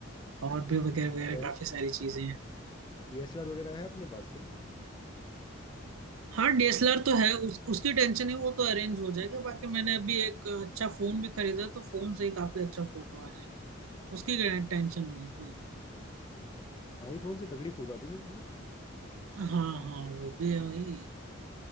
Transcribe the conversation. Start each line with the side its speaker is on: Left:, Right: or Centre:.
Right: और भी वगैरह वगैरह
Left: कैम
Right: काफी सारी चीजें हैं
Left: डीएसएलआर वगैरह है अपने पास क्या
Right: हाँ डीएसएलआर तो है उस, उसकी टेंशन है वो तो अरेंज हो जाएगा बाकी मैंने अभी एक अच्छा फोन भी खरीदा तो फोन से ही काफी अच्छा फोटो आ जाएंगे उसकी
Left: अच्छा
Right: टेंशन नहीं है भाई
Left: आईफोन से तगड़ी फोटो आती है मेरे उसमें
Right: हाँ हाँ वो भी है भाई